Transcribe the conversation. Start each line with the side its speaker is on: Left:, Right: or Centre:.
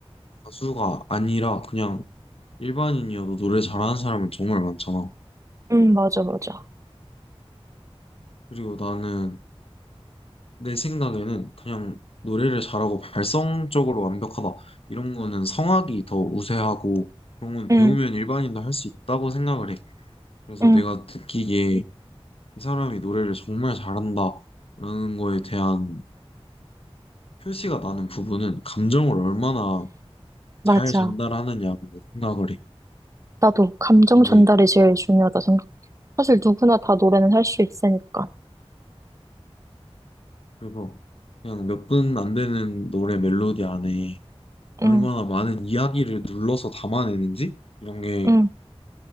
Left: 가수가 아니라 그냥 일반인이어도 노래 잘하는 사람은 정말 많잖아.
Right: 응, 맞아, 맞아.
Left: 그리고 나는 내 생각에는 그냥 노래를 잘하고 발성적으로 완벽하다 이런 거는 성악이 더 우세하고 그런 건 배우면
Right: 응,
Left: 일반인도 할 수 있다고 생각을 해. 그래서
Right: 응,
Left: 내가 느끼기에 이 사람이 노래를 정말 잘한다라는 거에 대한 표시가 나는 부분은 감정을 얼마나
Right: 맞아.
Left: 잘 전달하느냐고 생각을 해.
Right: 나도 감정
Left: 근데
Right: 전달이 제일 중요하다 생각. 사실 누구나 다 노래는 할 수 있으니까.
Left: 그래서 그냥 몇 분 안 되는 노래 멜로디 안에 얼마나
Right: 응,
Left: 많은 이야기를 눌러서 담아내는지 이런 게
Right: 응,